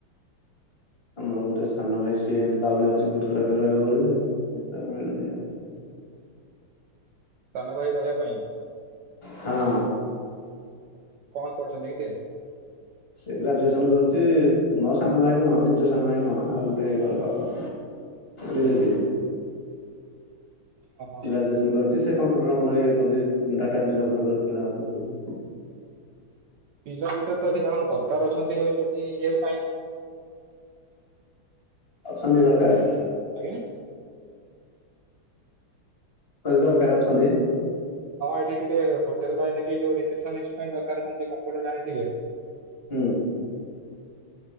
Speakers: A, on the left (about 30°); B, on the right (about 70°).
A: ଆମର ଗୋଟେ ସାନ ଭାଇ ସିଏମତି ବାଉଳି ହଉଛି ଗୋଟେ ରହିବ ରହିବ ବୋଲି ଯେ ତାକୁ ମିଳୁନି ହେଲେ।
B: ସାନ ଭାଇ ରହିବା ପାଇଁ।
A: ହଁ।
B: କଣ କରୁଛନ୍ତି କି ସେ?
A: ସେ ଗ୍ରାଜୁଏସନ କରୁଛି ମୋ ସାନ ଭାଇ ନୁହଁ ନିଜ ସାନ ଭାଇ ନୁହଁ ଆଉ ଗୋଟେ ଘର ପାଖ। ରିଲେଟିବ।
B: ଓହୋ
A: ଗ୍ରାଜୁଏସନ କରିଛି ସେ କମ୍ପ୍ୟୁଟର ମଧ୍ୟ ଇଏ କରଛି ଡାଟା ଏଣ୍ଟ୍ରି ଅପରେଟର ଥିଲା <unintelligible>
B: ପିଲା ଭିତରେ ତ ଏଠି ଜଣଙ୍କ ଦରକାର ଅଛନ୍ତି ଏଠି ଇଏ ପାଇଁ।
A: ଅଛନ୍ତି ଦରକାର।
B: ଆଜ୍ଞା।
A: ମୁଁ କହିଲି ଦରକାର ଅଛନ୍ତି।
B: ହଁ ଏଠି ଟିକେ ହୋଟେଲ ରହିଲେ ଯୋଉ ରିସେପସନ୍ ଲିଷ୍ଟ ପାଇଁ ଦରକାର ଥାନ୍ତେ କମ୍ପୂଟର ଜାଣିଥିବେ।
A: ହୁଁ।
B: <unintelligible>